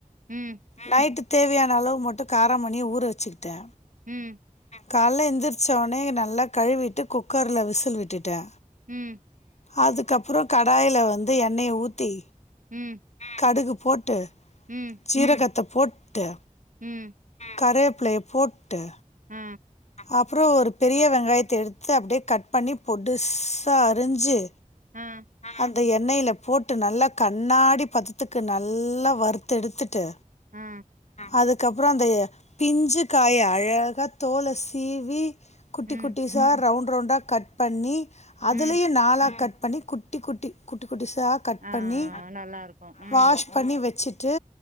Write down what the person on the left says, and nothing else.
பைட்டு தேவ்யான அளவு மட்டு காராமணிய ஊற வச்சிகிட்டா
காலைல எந்திரிச்ச ஒனே நல்லா கழுவிட்டு குக்கர்ல விசில் விட்டுட்டே
அதுக்கப்புற கடாயில வந்து எண்ணய ஊத்தி
கடுகு போட்டு
ஜீரகத்தை போட்டு
கரேப்ள்ளைய போட்டு
அப்றோ ஒரு பெரிய வெங்காயத்த எடுத்து அப்டே கட் பண்ணி பொடுஸ்சா அரிஞ்சு
அந்த எண்ணைய்ல போட் டு நல்லா கண்ணாடி பதத்துக்கு நல்லா வருத்து எடுத்துட்டு
அதுக்கப்புற அந்தய பிஞ்சு காய அழகா தோல சீவி குட்டி
குட்டி ஸா ரவுண்ட் ரவுண்டா கட் பண்ணி அதுலேயே
நாலா கட் பண்ணி குட்டி குட்டி குட்டி குட்டிசா கட்
பண்ணி
வாஷ் பண்ணி வெச்சுட்டு